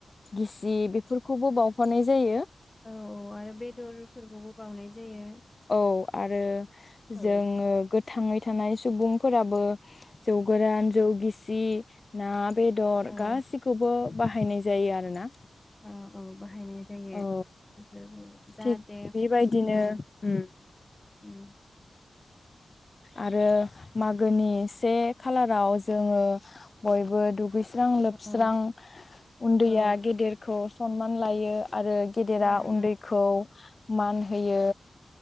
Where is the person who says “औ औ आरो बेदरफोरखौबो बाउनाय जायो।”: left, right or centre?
Left